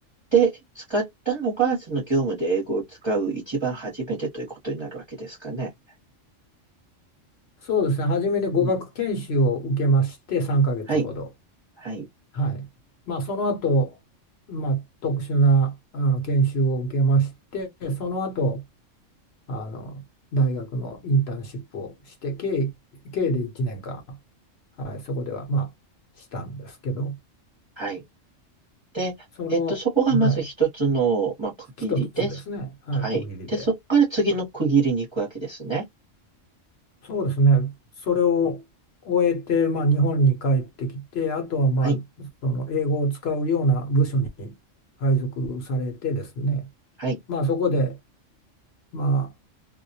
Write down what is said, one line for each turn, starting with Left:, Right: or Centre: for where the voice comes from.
Right: で使ったのが、その業務で英語を使う一番初めてということになるわけですかね。
Left: そうですね、初めに語学研修を受けまして、
Right: うん。
Left: 3ヶ月ほど。
Right: はい。はい。
Left: はい。まあ、その後、まあ、特殊なあの研修を受けまして、その後、あの大学のインターンシップをして、計、計で1年間、はい、そこでは、まあ、したんですけど、
Right: はい。で、
Left: その、
Right: えっと、そこがまず一つの、
Left: はい、
Right: まあ、区切りです。
Left: 一つですね、はい、
Right: はい。
Left: 区切りで。
Right: で、そこから次の区切りに行くわけですね。
Left: はいそうですね。それを終えて、
Right: はい。
Left: まあ、日本に帰ってきて、あとは、まあ、
Right: はい。
Left: その英語を使うような部署に配属されてですね、
Right: はい
Left: まあ、そこで、まあ、